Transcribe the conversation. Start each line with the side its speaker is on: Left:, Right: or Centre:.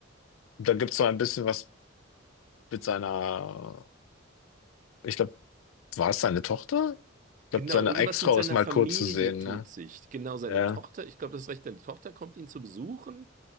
Left: Da gibt es noch ein bisschen was mit seiner, ich glaube, war es seine Tochter? Ich glaube,
Right: Genau,
Left: seine
Right: irgendwas
Left: Ex-Frau
Right: mit seiner
Left: ist mal
Right: Familie
Left: kurz zu sehen,
Right: tut
Left: ne?
Right: sich. Genau, seine
Left: Ja.
Right: Tochter. Ich glaube, das ist recht, denn die Tochter kommt ihn zu besuchen